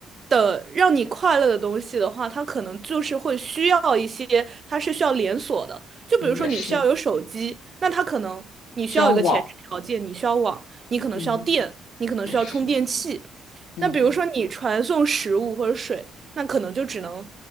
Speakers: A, on the right; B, on the left.
A: 的让你快乐的东西的话，它可能就是会需要一些，它是需要连锁的。就比如说你需要有手机，
B: 嗯，也是，
A: 那它可能你需要有一个前置条件，
B: 交往，
A: 你需要网，你可能需要电，
B: 嗯，
A: 你可能需要充电器。
B: 也是，嗯
A: 那比如说你传送食物或者水，那可能就只能